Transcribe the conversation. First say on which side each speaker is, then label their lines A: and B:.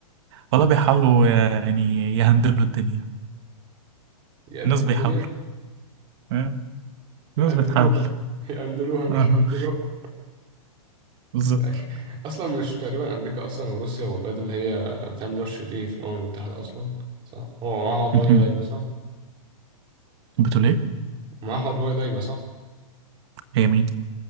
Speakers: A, on the right (about 45°); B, on the right (about 25°).
A: والله بيحاولوا آه، يعني يهندلوا الدنيا
B: يقندلوا
A: الناس بيحاولوا
B: الدنيا؟
A: آه،
B: يقندلوها
A: الناس بتحاول
B: <laughs> يقندلوها مش
A: آه،
B: هندلوها
A: بالظبط
B: ماشي أصلا مش تقريبا أمريكا أصلا وروسيا والبلاد اللي هي بتعمل وش دي في الأمم المتحدة أصلا صح؟ هو معاها عضوية
A: مهم.
B: دايمة صح؟
A: بتقول ايه؟
B: معاها عضوية دايمة صح؟
A: هي مين؟